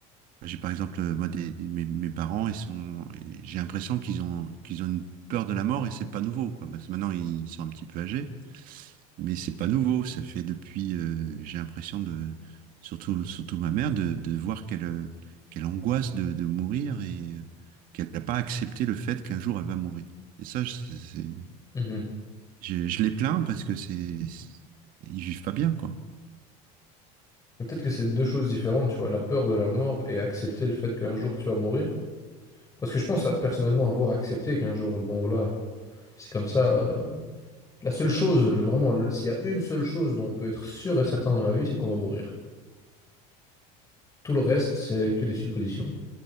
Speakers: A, on the right (about 50°); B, on the left (about 20°).
A: Bah, J'ai par exemple, euh, moi, des, des- mes, mes parents, ils sont, et j'ai l'impression qu'ils ont, qu'ils ont une peur de la mort et c'est pas nouveau, quoi. Parce que maintenant, ils sont un petit peu âgés, mais c'est pas nouveau. Ça fait depuis, euh, j'ai l'impression de, surtout, surtout ma mère, de, de voir qu'elle, euh, qu'elle angoisse de, de mourir et euh, qu'elle n'a pas accepté le fait qu'un jour elle va mourir. Et ça, je- c'est,
B: mhm.
A: je, je les plains parce que c'est, c'est- ils vivent pas bien, quoi.
B: Peut-être que c'est deux choses différentes, tu vois, la peur de la mort et accepter le fait qu'un jour tu vas mourir. Parce que je pense à- personnellement avoir accepté qu'un jour, bon voilà, c'est comme ça, euh, La seule chose, le- vraiment, le- s'il y a une seule chose dont on peut être sûr et certain dans la vie, c'est qu'on va mourir. Tout le reste, c'est que des suppositions.